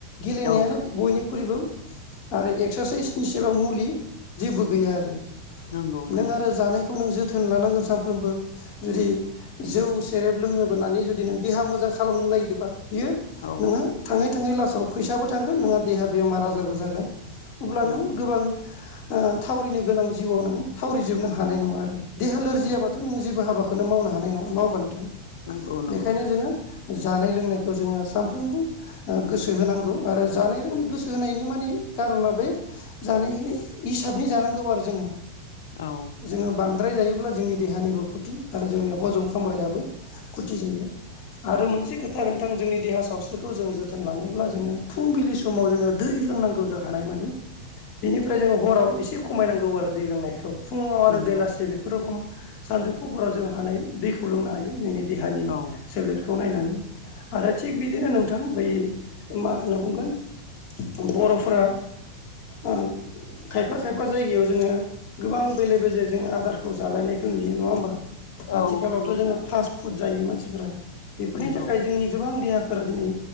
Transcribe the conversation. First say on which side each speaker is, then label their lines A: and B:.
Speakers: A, on the left; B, on the left.
A: गेलेनायानो
B: औ
A: बयनिख्रुइबो आरो एक्सारसाइसनि सेबां मुलि जेबो गैया आरो।
B: नंगौ नंगौ
A: नों आरो जानायखौ नों जोथोन लानांगोन सामफ्रोमबो। जुदि जौ सेरेब लोङोबोनानै जुदि नों देहा मोजां खालामनो नागिरदोबा बियो
B: औ
A: नोङो थाङै थाङै लासाव फैसाबो थांगोन नोंहा देहा बेमार आजारबो जागोन। अब्ला
B: नंगौ
A: नोङो गोबां ओ थावरिनो गोनां जिउआव नोङो थावरि जोबनो हानाय नङा आरो देहा लोरजियाबाथ'
B: औ
A: नों जेबो हाबाखोनो मावनो हानाय नङा। नङा होनबा नोंथां?
B: नंगौ नंगौ
A: बेखायनो जोङो जानाय लोंनायखौ जोङो सामफ्रोमबो ओ गोसो होनांगौ आरो जानाय जोंनि गोसो होनायनि माने कारना बे जानाय इ हिसाबनि जानांगौ आरो जोङो।
B: औ
A: जोङो बांद्राय जायोब्ला जोंनि देहानिबो खुथि आरो जोंनि हजम खामग्रायाबो खुथि जायो। आरो मोनसे खोथा नोंथां जोंनि देहा सावस्रिखौ जों जोथोन लानोब्ला जोङो फुंबिलि समाव जोङो दै लोंनांगौ जों हानाय मानि। बिनिफ्राय जोङो हराव एसे खमायनांगौ आरो दै लोंनायखौ। फुङाव आरो
B: नंगौ
A: बेलासि बेफोर रखम सानजौफुफोराव जों हानाय दैखौ लोंनो हायो नोंनि देहानि
B: औ
A: सोलेर खौ नायनानै आरो थिग बिदिनो नोंथां बै मा होनना बुंगोन बर'फोरा ओन खायफा खायफा जायगायाव जोङो गोबां बेले बेजे जों आदारखौ जालायनायखौ नुयो। नङा होमबा?
B: औ
A: आथिखालावथ'
B: नंगौ
A: जोङो फास्ट फुड जायो मानसिफोरा बेफोरनि
B: नंगौ
A: थाखाय जोंनि गोबां देहाफोरा दिनै